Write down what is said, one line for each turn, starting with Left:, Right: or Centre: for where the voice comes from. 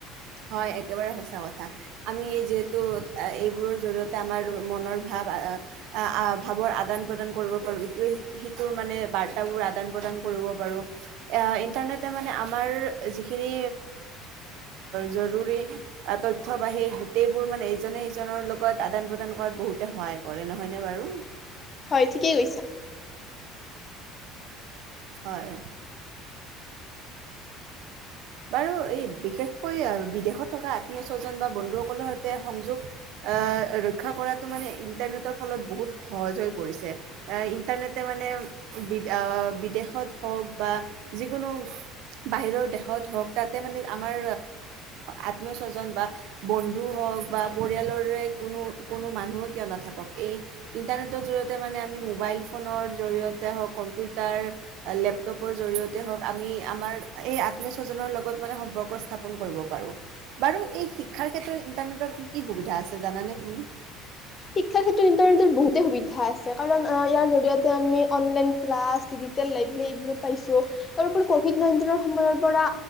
Right: হয় একেবাৰে সঁচা কথা। আমি যিহেতু এইবোৰৰ জৰিয়তে আমাৰ মনৰ ভাৱ-ভাৱৰ আদান প্ৰদান কৰিব পাৰোঁ ইটোৱে সিটোৰ মানে বাৰ্তাবোৰ আদান প্ৰদান কৰিব পাৰোঁ ইণ্টাৰনেটে মানে আমাৰ যিখিনি জৰুৰী তথ্য বা সেই গোটেইবোৰ মানে ইজনে সিজনৰ লগত আদান প্ৰদান কৰাত বহুতে সহায় কৰে, নহয়নে বাৰু?
Left: হয় ঠিকেই কৈছা।
Right: হয়। বাৰু এই বিশেষকৈ আহ বিদেশত থকা আত্মীয় স্বজন বা বন্ধুসকলৰ সৈতে সংযোগ আহ ৰক্ষা কৰাটো মানে ইণ্টাৰনেটৰ ফলত বহুত সহজ হৈ পৰিছে। এ ইণ্টাৰনেটে মানে বিদ আহ বিদেশত হওক বা যিকোনো বাহিৰৰ দেশ হওক তাতে মানে আমাৰ আত্মীয় স্বজন বা বন্ধু হওক বা পৰিয়ালৰে কোনো-কোনো মানুহো কিয় নাথাকক, এই ইণ্টাৰনেটৰ জৰিয়তে মানে আমি মোবাইল ফোনৰ জৰিয়তে হওক কম্পিউটাৰ লেপ পৰ জৰিয়তে হওক আমি আমাৰ এই স্বজনৰ লগত মানে সম্পৰ্ক স্থাপন কৰিব পাৰো। বাৰু এই শিক্ষাৰ ক্ষেত্ৰত ইন্টাৰনেটৰ কি-কি সুবিধা আছে জানানে তুমি?
Left: শিক্ষাৰ ক্ষেত্ৰত ইন্টাৰনেটৰ বহুতে সুবিধা আছে, কাৰণ ইয়াৰ জৰিয়তে আমি অনলাইন ক্লাছ, ডিজিটেল লাইব্ৰৰী এইবোৰো পাইছো। তাৰপৰি কভিড নাইনটিনৰ সময়ৰ পৰা